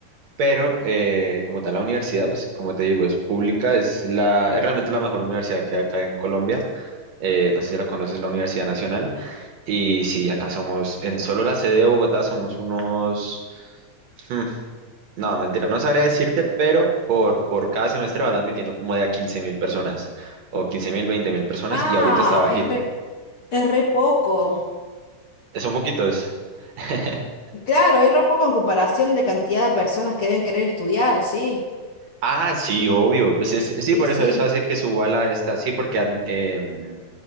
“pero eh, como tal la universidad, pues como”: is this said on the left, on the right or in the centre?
Right